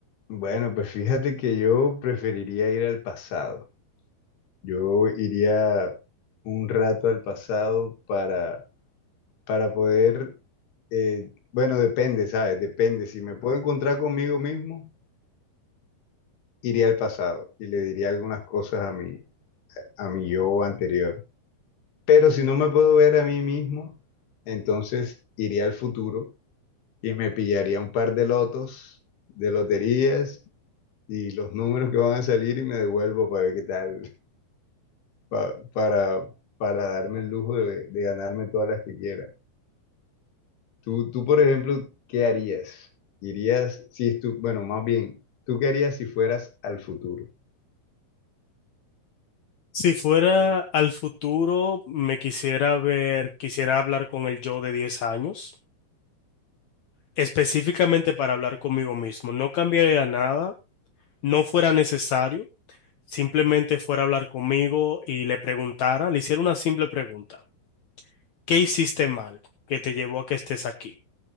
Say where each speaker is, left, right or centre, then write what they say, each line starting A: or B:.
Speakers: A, on the left; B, on the left.
A: Bueno, pues fíjate que yo preferiría ir al pasado. Yo iría un rato al pasado para, para poder, eh, bueno, depende, ¿sabes? Depende. Si me puedo encontrar conmigo mismo, iría al pasado y le diría algunas cosas a mi, a mi yo anterior. Pero si no me puedo ver a mí mismo, entonces iría al futuro y me pillaría un par de lotos, de loterías y los números que van a salir y me devuelvo para ver qué tal, pa- para, para darme el lujo de, de ganarme todas las que quiera. Tú, tú, por ejemplo, ¿qué harías? Irías, si estu- bueno, más bien, ¿tú qué harías si fueras al futuro?
B: Si fuera al futuro, me quisiera ver, quisiera hablar con el yo de 10 años, específicamente para hablar conmigo mismo. No cambiaría nada, no fuera necesario, simplemente fuera a hablar conmigo y le preguntara, le hiciera una simple pregunta. ¿Qué hiciste mal que te llevó a que estés aquí?